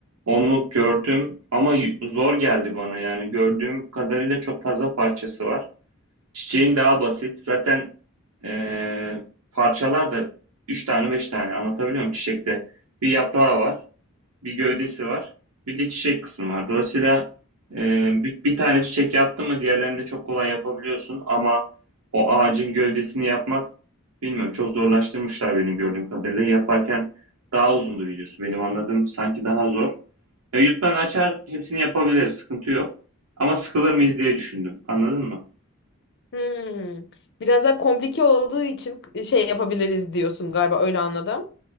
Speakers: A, on the right (about 90°); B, on the left (about 50°).
A: onu gördüm ama y- zor geldi bana. Yani gördüğüm kadarıyla çok fazla parçası var. Çiçeğin daha basit. Zaten ee, parçalar da 3 tane 5 tane anlatabiliyor muyum çiçekte? Bir yaprağı var. bir gövdesi var. Bir de çiçek kısmı var. Dolayısıyla e, bir, bir tane çiçek yaptın mı diğerlerini de çok kolay yapabiliyorsun ama o ağacın gövdesini yapmak bilmiyorum çok zorlaştırmışlar benim gördüğüm kadarıyla. Yaparken daha uzundu videosu. Benim anladığım sanki daha zor. E, YouTube'dan açar hepsini yapabiliriz. Sıkıntı yok. Ama sıkılır mıyız diye düşündüm. Anladın mı?
B: Hmm. Biraz daha komplike olduğu için şey yapabiliriz diyorsun galiba öyle anladım.